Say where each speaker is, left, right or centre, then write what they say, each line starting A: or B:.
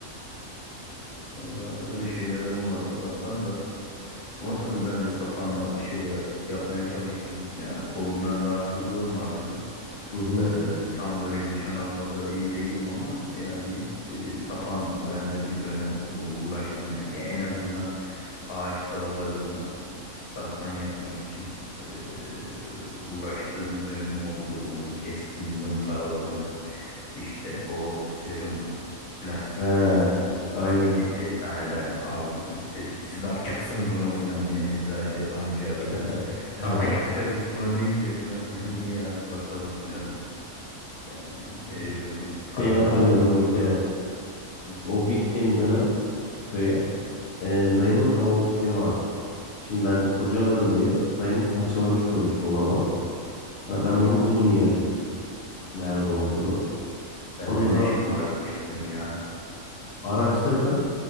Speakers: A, on the left (about 80°); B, on the left (about 60°).
A: Valla öyle şeylerim olmadı Allah'tan da. Ama tabii ben de sapanla bir şeyler yapmaya çalıştım. Ya kolumdan rahatsızlığım var benim.
B: Hı hı.
A: Ee, tam böyle nişan almada iyi değilim ama yani e, sapan ben de bir dönem bu- uğraştım yani. Ya en azından ağaç dallarından. Salpan yapmak için eee, uğraştığım bir dönemim oldu. Onu kestim, zımparaladım. İşte o serum lastiklerinden
B: He. Aynen.
A: dik eczaneden aldık istedik. Siz ne yapacaksınız bunu filan diyen eczacı amcaya
B: <laughs>
A: filan. Saban yapacağız biz bunu deyince filan. <laughs> İyi hadi bakalım filan deyip. Yani eee, para
B: Şeyi hatırlıyorum
A: da almadık
B: bir kere.
A: o dönem. Aynen.
B: O gittiğim dönem köye e, dayımın havalı tüfeği vardı. Şimdi ben kurcalarım diye dayım parçalamış koymuş dolaba. Ha,
A: Hı
B: Ben
A: hı.
B: bunu buldum yerini. nerede olduğunu.
A: Sen
B: Ondan
A: de
B: sonra
A: ne şımarıkmışsın ya.
B: araştırdım